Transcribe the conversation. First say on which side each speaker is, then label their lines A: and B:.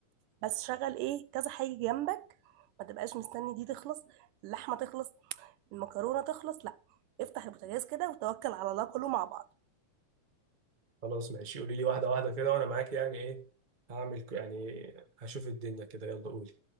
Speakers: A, on the right; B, on the right.
A: بس شغل ايه كذا حاجة جنبك ما تبقاش مستني دي تخلص اللحمة تخلص المكرونة تخلص لا افتح البوتاجاز كده وتوكل على الله كله مع بعض
B: خلاص ماشي قولي لي واحده واحده كده وانا معاك يعني ايه هعمل ك- يعني هشوف الدنيا كده يلا قولي